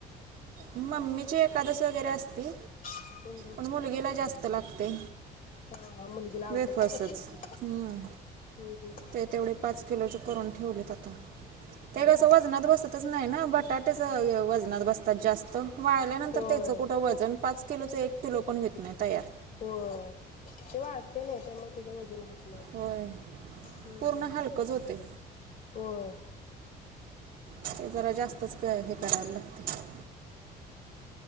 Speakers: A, on the right (about 55°); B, on the left (about 55°).
A: मम्मीची एकादस वगैरे असती.
B: हम्म हम्म
A: पण मुलगीला जास्त लागतय
B: हां हां मुलगीला आवडतात
A: वेफर्सच
B: का बटाट्याचे
A: हम्म
B: हम्म हम्म
A: ते तेवढे पाच किलोचे करून ठेवलेत आता. ते
B: हां
A: कसं
B: हां
A: वजनात बसतच नाही ना बटाटेच वजनात बसतेत आता जास्त वाळल्यानंतर
B: होय
A: त्याच कुठं वजन पाच किलोच एक किलो पण होेत नाही तयार.
B: होय ते वाळतय नाही त्यामुळे त्याचं वजन होत ह्ं
A: होय
B: हुं
A: पूर्ण हलकंच होते
B: होय
A: ते जरा जास्तच हे करायला लागते.